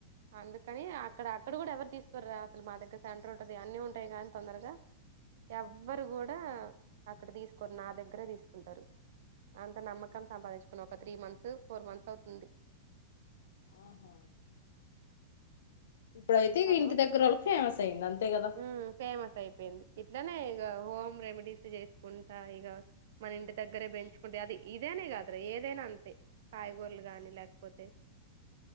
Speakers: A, on the right; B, on the left.
A: అందుకని అక్కడ అక్కడ కూడా ఎవరు తీసుకోరరా అసలు మా దగ్గర సెంటర్ ఉంటుంది అన్నీ ఉంటాయి కానీ తొందరగా ఎవరు కూడా అక్కడ తీసుకోరు నా దగ్గరే తీసుకుంటారు అంత నమ్మకం సంపాదించుకున్న ఒక త్రీ మంత్స్ ఫోర్ మంత్స్ అవుతుంది
B: ఆహా ఇప్పుడయితే
A: హలో
B: ఇంటి దగ్గర వాళ్ళకి ఫేమస్ అయింది అంతే కదా
A: ఉమ్ ఫేమస్ అయిపోయింది ఇట్లనే ఇక హోమ్ రెమెడీస్ చేసుకుంటా ఇక మన ఇంటి దగ్గరే పెంచుకుంటే అది ఇదేనే కాదురా ఏదైనా అంతే కాయగూరలు గాని లేకపోతే